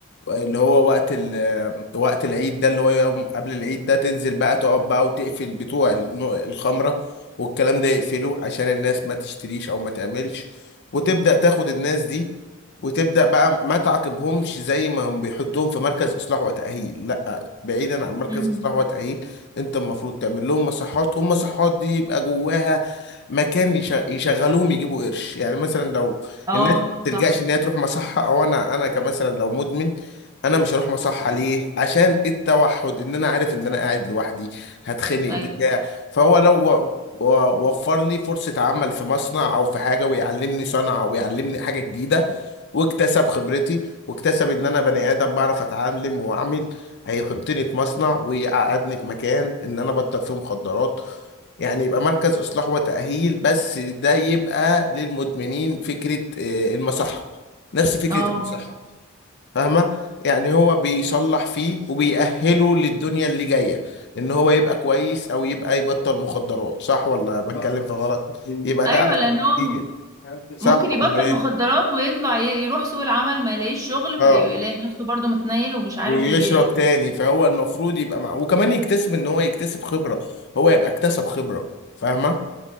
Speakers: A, on the left; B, on the right.
A: اللي هو وقت ال وقت العيد ده اللي هو يوم قبل العيد ده تنزل بقى تقعد بقى وتقفل بتوع الم- الخمرة والكلام ده يقفله عشان الناس ما تشتريش او ما تعملش وتبدأ تاخد الناس دي وتبدأ بقى ما تعاقبهمش زي ما هم بيحطوهم في مركز اصلاح وتأهيل لا بعيدا عن مركز
B: مم.
A: اصلاح وتأهيل انت المفروض تعمل لهم مصحات والمصحات دي يبقى جواها مكان يش- يشغلوهم يجيبوا قرش يعني مثلا لو
B: اه
A: الناس ما بتلجأش
B: صح
A: ان هي تروح مصحة او انا انا كمثلا لو مدمن انا مش هروح مصحة ليه عشان التوحد ان انا عارف ان انا قاعد لوحدي هتخنق
B: ايوه
A: بتاع فهو لو و- و- وفر لي فرصة عمل في مصنع او في حاجة ويعلمني صنعة ويعلمني حاجة جديدة واكتسب خبرتي واكتسب ان انا بني ادم بعرف اتعلم واعمل هيحطني في مصنع ويقعدني في مكان ان انا بطل فيه مخدرات يعني يبقى مركز اصلاح وتأهيل بس ده يبقى للمدمنين فكرة آه، المصحة نفس فكرة
B: اه
A: المصحة فاهمة يعني هو بيصلح فيه وبيأهله للدنيا اللي جاية ان هو يبقى كويس او يبقى يبطل مخدرات صح ولا بتكلم في غلط يبقى
B: ايوه
A: ده احسن
B: لان
A: بكتير
B: هو
A: <laughs> صح
B: ممكن يبطل
A: ولا ايه
B: مخدرات ويطلع ي- يروح سوق العمل ما يلاقيش شغل
A: اه
B: فيلاقي نفسه برضه متنيل ومش عارف
A: ويشرب
B: ي...
A: تاني فهو المفروض يبقى مع وكمان يكتسب ان هو يكتسب خبرة هو يبقى اكتسب خبرة فاهمة